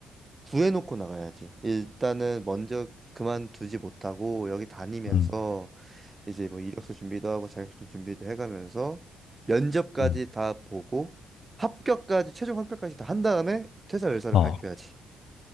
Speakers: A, on the right; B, on the left.
A: 구해놓고 나가야지. 일단은 먼저 그만두지 못하고 여기 다니면서
B: 음,
A: 이제 뭐 이력서 준비도 하고 자격증 준비도 해가면서 면접까지
B: 음.
A: 다 보고 합격까지 최종 합격까지 다 한 다음에 퇴사 의사를
B: 어,
A: 밝혀야지.